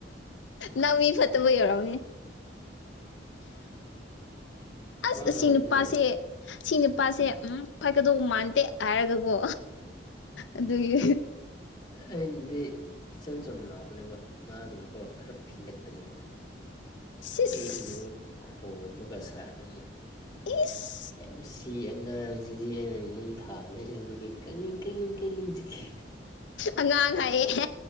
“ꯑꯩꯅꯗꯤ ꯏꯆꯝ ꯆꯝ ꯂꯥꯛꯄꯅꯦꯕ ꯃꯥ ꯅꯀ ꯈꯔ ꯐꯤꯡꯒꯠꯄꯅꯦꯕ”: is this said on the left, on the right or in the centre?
Left